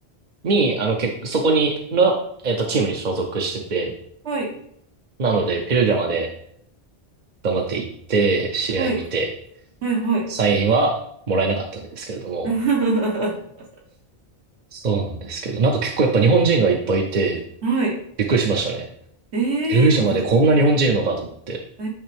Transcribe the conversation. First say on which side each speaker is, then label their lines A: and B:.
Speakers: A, on the right; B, on the right.
A: に、あの、け、そこにの、えっと、チームに所属してて、
B: はい。
A: なので、ペルージャまで、頑張って行って、試合見て、
B: はい。はい。はい。
A: サインはもらえなかったんですけれども、
B: <laughs>
A: そうなんですけど、なんか結構やっぱ日本人がいっぱいいて、
B: はい。
A: びっくりしましたね。
B: え
A: ペルージャまでこんな日本人いるのかと思って。
B: えずえ